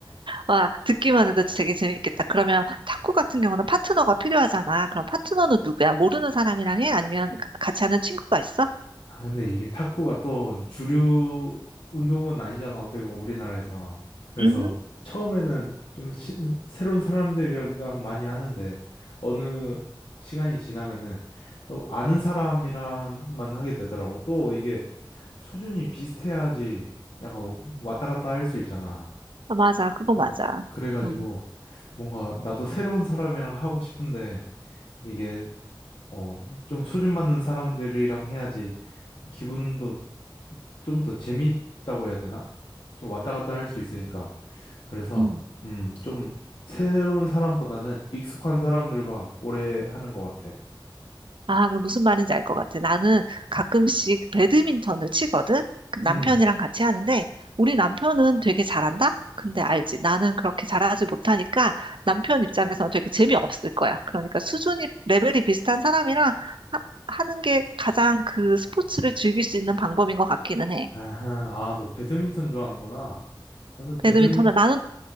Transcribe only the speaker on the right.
와, 듣기만 해도 되게 재밌겠다. 그러면 탁구 같은 경우는 파트너가 필요하잖아. 그럼 파트너는 누구야? 모르는 사람이랑 해? 아니면 가- 같이 하는 친구가 있어?
음,
맞아. 그거 맞아.
응.
응.
아, 그 무슨 말인지 알 것 같아. 나는 가끔씩 배드민턴을 치거든? 그 남편이랑
같이 하는데, 우리 남편은 되게 잘한다? 근데 알지. 나는 그렇게 잘하지 못하니까 남편 입장에서는 되게 재미없을 거야. 그러니까 수준이, 레벨이 비슷한 사람이랑 하, 하는 게 가장 그 스포츠를 즐길 수 있는 방법인 것 같기는 해.
배드민턴을
나는